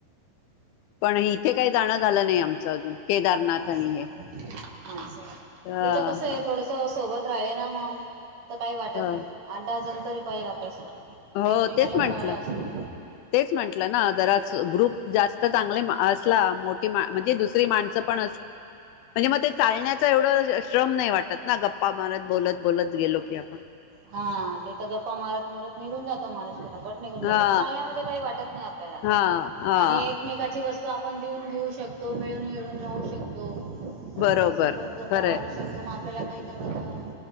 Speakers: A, on the left; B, on the right.
A: पण इथे काही जाणं झालं नाही आमचं अजून केदारनाथ
B: अच
A: आणि हे
B: अा
A: ह
B: तिथं कसं आहे थोड सोबत राहिले ना मग तर काही वाटत
A: ह
B: नाही आठ दहा जण तरी पाहिल आपल्यासोबत
A: हो
B: एकमेकाला
A: तेच म्हंटलं
B: सारा असतो
A: तेच म्हंटलं ना जरा ग्रुप जास्त चांगले असला मोठी म्हणजेु ण ब म्हण श्रम नाही वाटत ना गप्पा मारत बोलत बोलत गेलो की आपण
B: हा तेथ गप्पा मारत मारत निघून जातो माणसक झट निघून जात
A: हा
B: चालण्यामध्ये काही वाटत नाही आपल्याला
A: हा हा
B: आणि एकमेची वस्तू आपण देऊन घेऊ शकतो मिळून हळून राहू शकतो
A: बरोबर
B: सोबत गप्पा
A: खरंय
B: मारू शकतो मग आपल्याला काही तेवढं